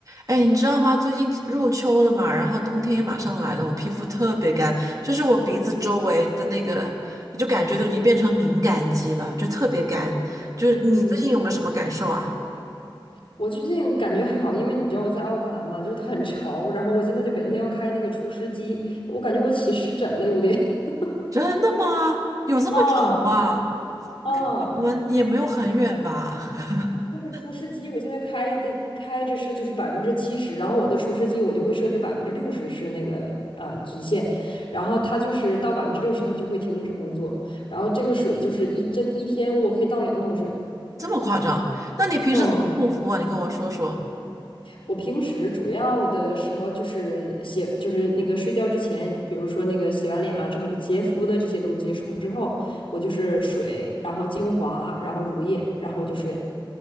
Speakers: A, on the right (about 40°); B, on the left (about 85°).
A: 哎，你知道吗？最近入秋了嘛，然后冬天也马上来了，我皮肤特别干，就是我鼻子周围的那个，你就感觉都已经变成敏感肌了，就特别干。就是你最近有没有什么感受啊？
B: 嗯，我最近感觉还好，因为你知道我在奥克兰嘛，就是它很潮，然后我现在就每天要开那个除湿机，我感觉我起湿疹了，有点。<laughs>
A: <laughs> 真的吗？有这么丑啊？
B: 啊啊
A: 我们也没有很远吧？<laughs>
B: 那个除湿机我现在开的开着是就是百分之七十，然后我的除湿机我就会设置百分之六十是那个呃极限，然后它就是到百分之六十它就会停止工作，然后这个水就是一真一天我可以倒两桶水。
A: 这么夸张？那你平时怎么护肤啊？
B: 嗯。
A: 你跟我说说。
B: 我平时主要的时候就是写，就是那个睡觉之前，比如说那个洗完脸啊，这种洁肤的这些都结束之后，我就是水，然后精华，然后乳液，然后我就睡了。